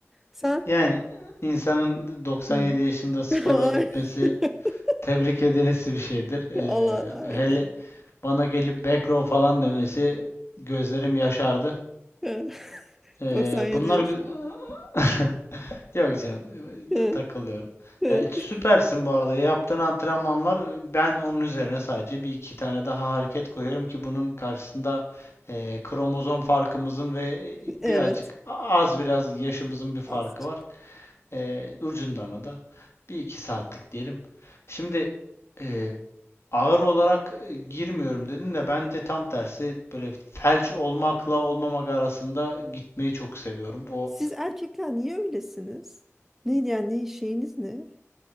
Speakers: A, in the centre; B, on the left.
A: Sen?
B: Yani insanın 97
A: Hmm.
B: yaşında
A: <laughs>
B: spora
A: Ay.
B: gitmesi
A: <laughs>
B: tebrik edilesi bir şeydir. Ee,
A: Allah aynen.
B: hele bana gelip back row falan demesi gözlerim yaşardı.
A: Evet. <laughs>
B: Ee,
A: 97
B: bunlar
A: yaşında.
B: gü- <laughs> Yok canım
A: Evet.
B: ta- takılıyorum.
A: Evet.
B: Ya e, süpersin
A: <laughs>
B: bu arada. Yaptığın antrenmanlar e, ben onun üzerine sadece bir iki tane daha hareket koyarım ki bunun karşısında e, kromozom farkımızın ve birazcık
A: Evet.
B: az biraz yaşımızın bir farkı
A: Azıcık.
B: var. E, ucundan o da bir iki saatlik diyelim. Şimdi e, ağır olarak e, girmiyorum dedin de ben de tam tersi böyle felç olmakla olmamak arasında gitmeyi çok seviyorum. O
A: Siz erkekler niye öylesiniz? Neydi yani ne şeyiniz ne?